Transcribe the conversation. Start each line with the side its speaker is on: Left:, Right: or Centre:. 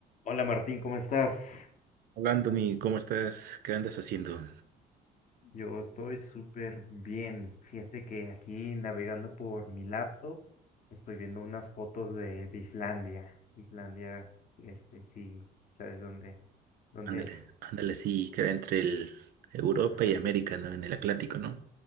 Left: Hola Martín, ¿cómo estás?
Right: Hola Anthony, ¿cómo estás? ¿Qué andas haciendo?
Left: Yo estoy súper bien. Fíjate que aquí navegando por mi laptop estoy viendo unas fotos de, de Islandia. Islandia, sí, este sí, ¿sabes dónde, dónde
Right: Ándale,
Left: es?
Right: ándale, sí, queda entre el Europa
Left: Ajá,
Right: y América, ¿no? En el Atlántico, ¿no?